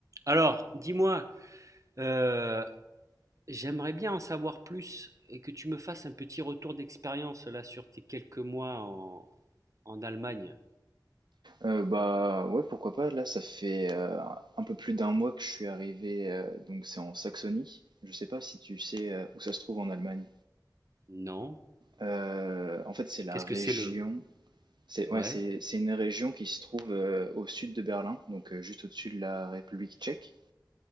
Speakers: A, on the right (about 45°); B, on the right (about 70°).
A: Alors, dis-moi, heu, j'aimerais bien en savoir plus et que tu me fasses un petit retour d'expérience là sur tes quelques mois en, en Allemagne.
B: Euh, bah ouais, pourquoi pas. Là, ça fait euh, un peu plus d'un mois que je suis arrivé, euh, donc c'est en Saxonie. Je sais pas si tu sais euh, où ça se trouve en Allemagne.
A: Non?
B: Euh, en fait, c'est la
A: Qu'est-ce
B: région.
A: que c'est le...
B: C'est ouais,
A: Ouais,
B: c'est c'est une région qui se trouve euh, au sud de Berlin, donc euh, juste au-dessus de la République tchèque.